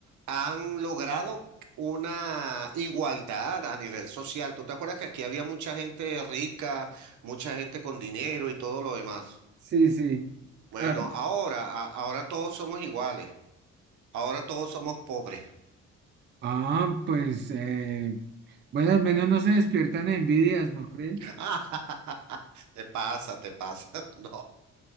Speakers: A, on the right; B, on the right.
A: han logrado una igualdad a nivel social. ¿Tú te acuerdas que aquí había mucha gente rica, mucha gente con dinero y todo lo demás?
B: Sí, sí.
A: Bueno,
B: Ah,
A: ahora, a- ahora todos somos iguales. Ahora todos somos pobres.
B: ah, pues, eh, bueno, al menos no se despiertan envidias, ¿no cree?
A: <laughs> Te pasa, te pasa. <laughs> No.